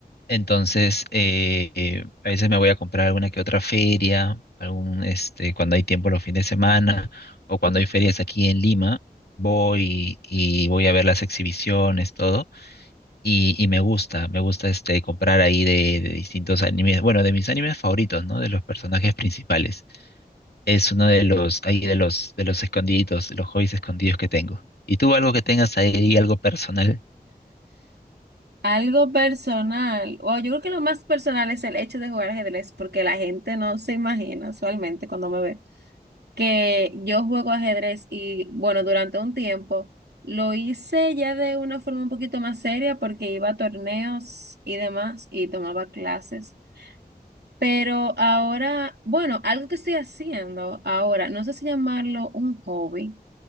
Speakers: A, on the left; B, on the right.
A: Entonces, eh, eh, a veces me voy a comprar alguna que otra feria, algún este, cuando hay tiempo los fines de semana o cuando hay ferias aquí en Lima, voy y, voy a ver las exhibiciones, todo. Y, y me gusta, me gusta este comprar ahí de, de distintos animes, bueno, de mis animes favoritos, ¿no? De los personajes principales. Es uno de los, ahí de los, de los escondiditos, de los hobbies escondidos que tengo. ¿Y tú algo que tengas ahí, algo personal?
B: Algo personal, o yo creo que lo más personal es el hecho de jugar ajedrez, porque la gente no se imagina usualmente cuando me ve que yo juego ajedrez y bueno, durante un tiempo lo hice ya de una forma un poquito más seria porque iba a torneos y demás y tomaba clases. Pero ahora, bueno, algo que estoy haciendo ahora, no sé si llamarlo un hobby,